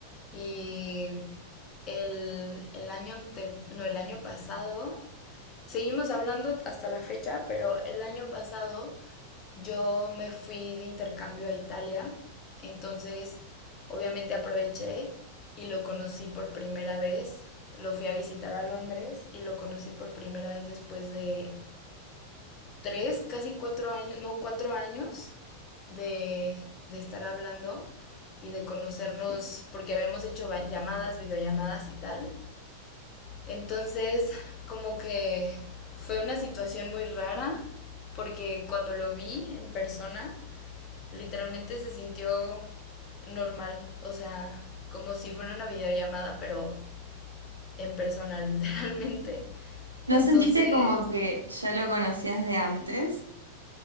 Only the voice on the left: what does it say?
Y el, el año ante- no, el año pasado, seguimos hablando hasta la fecha, pero el año pasado yo me fui de intercambio a Italia, entonces obviamente aproveché y lo conocí por primera vez. Lo fui a visitar a Londres y lo conocí por primera vez después de tres, casi cuatro años, no, cuatro años de, de estar hablando y de conocernos, porque habíamos hecho va- llamadas, videollamadas y tal. Entonces, como que fue una situación muy rara, porque cuando lo vi en persona, literalmente se sintió normal, o sea, como si fuera una videollamada, pero en persona, <laughs> literalmente.
Entonces,